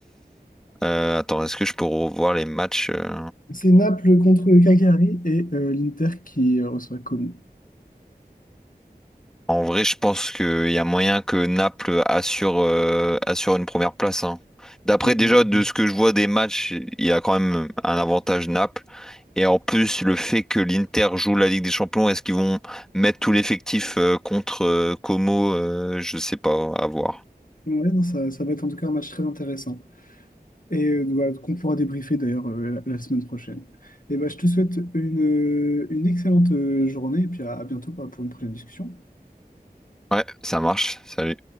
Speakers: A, in the centre; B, on the left (about 55°).
A: euh, attends, est-ce que je peux revoir les matchs? euh,
B: C'est Naples contre Cagliari et euh, l'Inter qui euh, reçoit Como.
A: En vrai, je pense qu'il y a moyen que Naples assure, euh, assure une première place. hein. D'après
B: Mm, mm,
A: déjà de
B: mm.
A: ce que je vois des matchs, il y a quand même un avantage Naples. Et en plus, le fait que l'Inter joue la Ligue des Champions, est-ce qu'ils vont mettre tout l'effectif euh, contre euh, Como? euh, je sais pas, à voir.
B: mm. Ouais, non, ça, ça va être en tout cas un match très intéressant et euh, voilà, qu'on pourra débriefer d'ailleurs euh, la, la semaine prochaine. Et bah je te souhaite une, euh, une excellente euh, journée et puis à à bientôt bah, pour une prochaine discussion.
A: Ouais, ça marche. Salut.